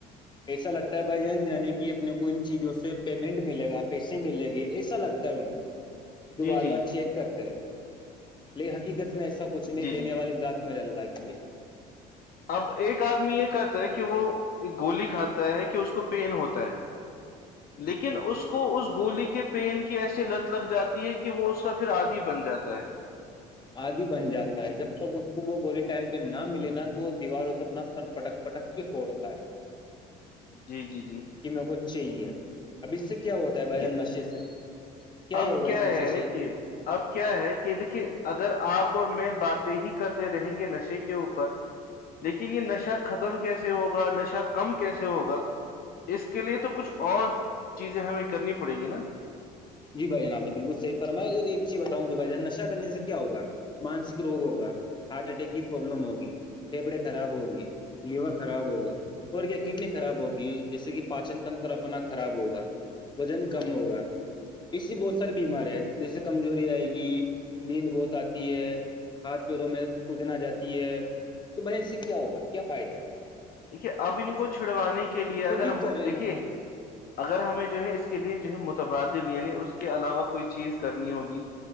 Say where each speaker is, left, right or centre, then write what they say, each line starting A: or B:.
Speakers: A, on the left (about 25°); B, on the left (about 50°).
A: ایسا لگتا ہے بھائی جان جانے کہ اپنے کو ان چیزوں سے پیمنٹ ملے گا پیسے ملے گے ایسا لگتا ہے ان کو جو
B: جی
A: بار
B: جی
A: بار چیک کرتے ہیں لن حقیقت میں ایسا کچھ نہیں
B: جی
A: دینے
B: جی
A: والی ذات میں رہ اللہ کی ہے
B: اب ایک آدمی یہ کرتا ہے کہ وہ گولی کھاتا ہے کہ اس کو پین ہوتا ہے
A: <unintelligible>
B: لیکن اس اس کو اس گولی کے پینین کی ایسی لت لگ جاتی ہے کہ وہ اس کا پھر آدی بن جاتا ہے
A: آدی بن جاتا ہے جب تک اس کو وہ گولی ٹائم پہ نہ ملے نہا تو دیواروں اپنا سر پٹک پٹک کے پھڑتا ہے
B: جی جی جی
A: کہ میرے کو چاہیے اب اس سے کیا ہوتا ہے بھائی
B: دیکھیے
A: ان نشے سے کیا یہ
B: اب
A: ہوگا اس نشے
B: ہے
A: سے
B: کہ اب کیا ہے کہ دیکھیے اگر آپ اور میں بات ہی کرتے رہیں گے نشے کے اوپر لیکن یہ نشہ ختم کیسے ہوگا نشہ کم کیسے ہوگا اس کے لیے تو کچھ اور چیزیں ہمیں کرنی پڑیں گی نا
A: جی بھائی جان آپ نے بالکل صح فرم ایک چیز بتاؤں گی بھائی جان نشہ کرنے سے کیا ہوگا مانسک روگ ہوگا ہارٹ اٹیک کی پروابلم ہوگی پھیپھڑے خراب ہوں گے لیور خراب ہوگا اور کیا کڈنی خراب ہوگی جیسے کہ پاچن تنتر اپنا خراب ہوگا وزن کم ہوگا اس سے بہت ساری بیماری ہیں جیسے کمزوری آئے گی نیند بہت آتی ہے ہاتھ پیروں میں سوجن آ جاتی ہے تو بہ اس سے کیا ہوگا کیا فائدہ ہے اس سے
B: دیکھیے اب ان کو چھڑوانے کے لیے اگر
A: ہی
B: ہم
A: کرے
B: دیکھیے
A: نا
B: اگر ہمیں جو ہے اس کے لیے جو ہے متبادل یعنی اس کے علاوہ کوئی چیز کرنی ہوگی